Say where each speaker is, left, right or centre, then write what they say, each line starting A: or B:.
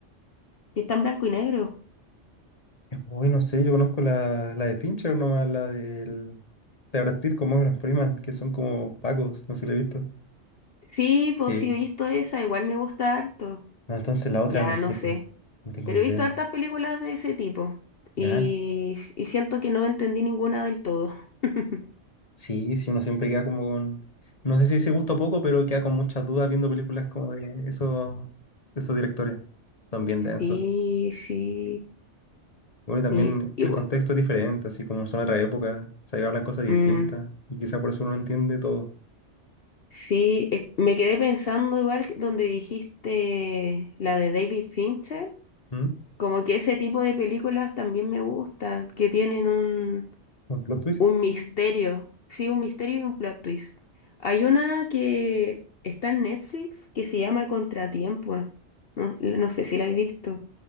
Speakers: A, on the left (about 55°); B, on the left (about 30°).
A: que está en blanco y negro.
B: Uy, no sé, yo conozco la, la de Fincher nomás, la del, la de Brad Pitt con Morgan Freeman, que son como pacos, no sé si la he visto.
A: Sí, pues
B: Sí.
A: sí he visto esa, igual me gusta harto.
B: No, entonces la otra
A: Ya
B: no sé
A: no sé,
B: cuál. No tengo
A: pero
B: idea.
A: he visto hartas películas de ese tipo y,
B: Ya,
A: y siento que no entendí ninguna del todo. <laughs>
B: sí, sí, uno siempre queda como con. No sé si ese gusto poco, pero queda con muchas dudas viendo películas como de esos, de esos directores. Son bien densos.
A: Sí, sí,
B: Bueno, y también
A: mi- igual.
B: el contexto es diferente, así como son otra época, se hablan cosas distintas
A: mm,
B: y quizá por eso uno no entiende todo.
A: sí, es- me quedé pensando igual que donde dijiste la de David Fincher.
B: ¿Mm?
A: Como que ese tipo de películas también me gustan, que tienen un,
B: ¿Un plot twist?
A: un misterio, sí, un misterio y un plot twist. Hay una que está en Netflix que se llama Contratiempo. No, no sé si la has visto.